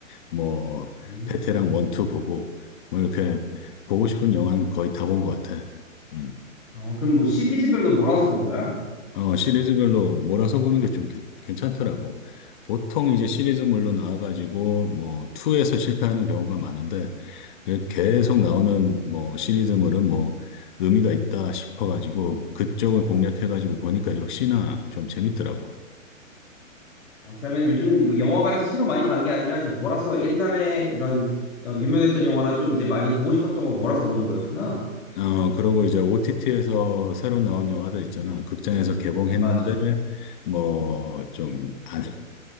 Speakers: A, on the left; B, on the left.
A: 뭐,
B: 음.
A: 베테랑 1, 2 보고, 뭐 이렇게 보고 싶은 영화는 거의 다 본 것 같아. 음.
B: 어, 그럼 뭐 시리즈별로 몰아서 본 거야?
A: 어, 시리즈별로 몰아서 보는 게 좀 괜찮더라고. 보통 이제 시리즈물로 나와가지고 뭐 2에서 실패하는 경우가 많은데 그 계속 나오는 뭐 시리즈물은 뭐 의미가 있다 싶어가지고 그쪽을 공략해가지고 보니까 역시나 좀 재밌더라고.
B: 어, 그러면 요즘 뭐 영화관에서 새로 많이 간 게 아니라 이제 몰아서 옛날에 이런 어, 유명했던 영화나 좀 이제 많이 보고 싶었던 거 몰아서 보는 거였구나.
A: 어, 그러고 이제 OTT에서 새로 나온 영화들 있잖아. 극장에서 개봉했는데,
B: 맞아.
A: 뭐, 좀, 안,